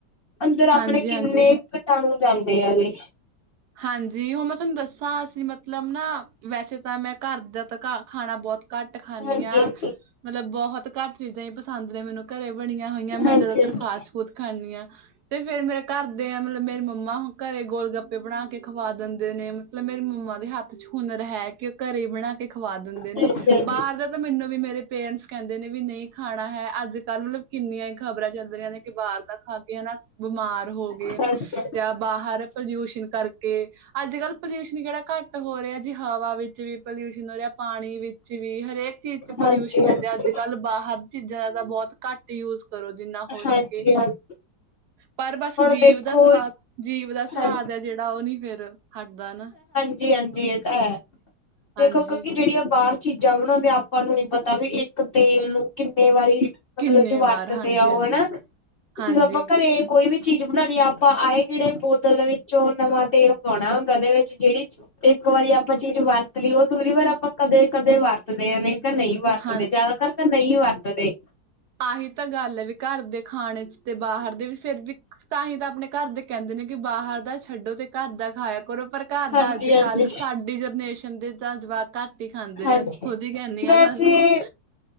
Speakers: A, on the left; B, on the right.
A: ਅੰਦਰ
B: ਹਾਂਜੀ-ਹਾਂਜੀ।
A: ਆਪਣੇ ਕਿੰਨੇ ਘਟਾਣੂ ਜਾਂਦੇ ਆਗੇ
B: ਹਾਂਜੀ ਹੁਣ ਮੈਂ ਤੁਹਾਨੂੰ ਦੱਸਾਂ ਅਸੀਂ ਮਤਲਬ ਨਾ ਵੈਸੇ ਤਾਂ ਮੈਂ ਘਰ ਦਾ ਤਾਂ ਖਾਣਾ ਬਹੁਤ ਘੱਟ ਖਾਂਦੀ
A: ਹਾਂਜੀ
B: ਹਾਂ
A: ਹਾਂਜੀ
B: ਮਤਲਬ ਬਹੁਤ ਘੱਟ ਚੀਜ਼ਾਂ ਹੀ ਪਸੰਦ ਨੇ ਮੈਨੂੰ ਘਰੇ ਬਣੀਆਂ ਹੋਈਆਂ ਮੈਂ
A: ਹਾਂਜੀ
B: ਜਿਆਦਾਤਰ
A: ਹਾਂਜੀ
B: ਫਾਸਟ ਫੂਡ ਖਾਂਦੀ ਹਾਂ ਤੇ ਫੇਰ ਮੇਰੇ ਘਰਦੇ ਆ ਮਤਲਬ ਮੇਰੇ ਮੰਮਾ ਘਰੇ ਗੋਲ ਗੱਪ ਬਣਾ ਕੇ ਖਵਾ ਦਿੰਦੇ ਨੇ ਮਤਲਬ ਮੇਰੀ ਮੰਮਾ ਦੇ ਹੱਥ ਚ ਹੁਨਰ ਹੈ, ਕਿ ਉਹ ਘਰੇ ਬਣਾ ਕੇ ਖਵਾ ਦਿੰਦੇ
A: ਠੀਕ
B: ਨੇ
A: ਹੈ
B: ਬਾਹਰ ਦੇ ਤਾਂ, ਤੇ ਮੈਨੂੰ ਵੀ ਮੇਰੇ ਪੇਰੈਂਟਸ ਕਹਿੰਦੇ ਨੇ ਵੀ ਨਹੀਂ ਖਾਣਾ ਹੈ, ਅੱਜ ਮਤਲਬ ਕਿੰਨੀਆਂ ਹੀ ਖ਼ਬਰਾਂ ਚੱਲਦੀ ਰਇਆਂ ਨੇ ਕਿ ਬਾਹਰ ਤਾਂ ਖਾ ਕੇ ਨਾ ਬਿਮਾਰ ਹੋ ਗਏ
A: ਜੀ
B: ਜਾਂ ਬਾਹਰ ਪਲਊਸ਼ਣ ਕਰਕੇ ਅੱਜ ਕੱਲ ਪੋਲਊਸ਼ਨ ਕਿਹੜਾ ਘੱਟ ਹੋ ਰਿਹਾ ਜੀ ਹਵਾ ਵਿੱਚ ਵੀ ਪੋਲਊਸ਼ਨ ਹੋ ਰਿਹਾ ਪਾਣੀ ਵਿੱਚ ਵੀ ਹਰੇਕ ਚ ਪੋਲਊਸ਼ਨ
A: ਹਾਂਜੀ ਹਾਂਜੀ
B: ਹੈ, ਤੇ ਅੱਜ ਕੱਲ੍ਹ ਬਾਹਰ ਚੀਜ਼ਾਂ ਦਾ ਬਹੁਤ ਘੱਟ ਯੂਜ ਕਰੋ ਦਿਨ ਨਾ ਹੋ
A: ਹਾਂਜੀ
B: ਸਕੇ
A: ਹਾਂਜੀ
B: ਪਰ ਬਸ
A: ਹੁਣ
B: ਜੀਭ
A: ਦੇਖੋ
B: ਦਾ ਸਵਾਦ, ਜੀਭ ਦਾ ਸਵਾਦ
A: ਹਾਂ
B: ਹੈ ਜਿਹੜਾ ਆਓ ਨੀ ਫੇਰ ਹਟਦਾ ਨਾ
A: ਜੀ ਹਾਂਜੀ ਹੈ
B: ਹਾਂਜੀ
A: ਦੇਖੋ ਕਿਉਂਕਿ ਜਿਹੜੀਆਂ ਬਾਹਰ ਚੀਜ਼ਾਂ ਬਣਾਉਂਦੇ ਆਪਾਂ ਨੂੰ ਨੀ ਪਤਾ ਵੀ ਇੱਕ ਤੇਲ ਨੂੰ ਕਿੰਨੇ ਵਾਰੀ
B: ਕਿੰਨੇ
A: ਮਤਲਬ ਕਿ ਵਰਤਦੇ
B: ਵਾਰ ਹਾਂਜੀ
A: ਔ
B: ਹਾਂਜੀ
A: ਹੈਨਾ,
B: ਹਾਂਜੀ
A: ਜੇ ਆਪਾਂ ਘਰੇ ਕੋਈ ਵੀ ਚੀਜ਼ ਬਣਾਉਣੀ ਆ ਆਪਾਂ ਆਏ ਕਿਹੜੇ ਬੋਤਲ ਵਿੱਚੋਂ ਨਵਾਂ ਤੇਲ ਪਾਉਣਾ ਕਦੇ ਵਿੱਚ ਜਿਹੜੀ ਇੱਕ ਵਾਰੀ ਆਪਾਂ ਚੀਜ਼ ਵਰਤ ਲਈ ਉਹ ਦੂਰੀ ਵਾਰ ਆਪਾਂ ਕਦੇ ਕਦੇ ਵਰਤਦੇ ਹਾਂ, ਨਹੀਂ ਤਾਂ ਨਹੀਂ ਵਰਤਦੇ,
B: ਹਾਂ
A: ਜਿਆਦਾਤਰ ਤਾਂ ਨਹੀਂ ਵਰਤਦੇ।
B: ਆਹੀ ਤਾਂ ਗੱਲ ਐ, ਵੀ ਘਰ ਦੇ ਖਾਣੇ ਤੇ ਬਾਹਰ ਵੀ ਫੇਰ ਵੀ ਤਾਂ ਹੀ ਤਾਂ ਆਪਣੇ ਘਰ ਦੇ ਕਹਿੰਦੇ ਨੇ ਕਿ ਬਾਹਰ ਦਾ ਛੱਡੋ ਤੇ ਘਰ ਦਾ ਖਾਇਆ ਕਰੋ, ਪਰ ਘਰ
A: ਹਾਂਜੀ
B: ਦਾ ਅੱਜ
A: ਹਾਂਜੀ
B: ਕੱਲ੍ਹ ਸਾਡੀ ਜਨਰੇਸ਼ਨ ਬੰਦੇ ਤਾ ਜਵਾਕਾਂ ਰੋਟੀ ਖਾਂਦੇ
A: ਹਾਂਜੀ
B: ਨੇ, ਖੁਦ ਹੀ ਕਹਿੰਨੀ ਆ
A: ਵੈਸੇ
B: ਤੁਹਾਨੂੰ।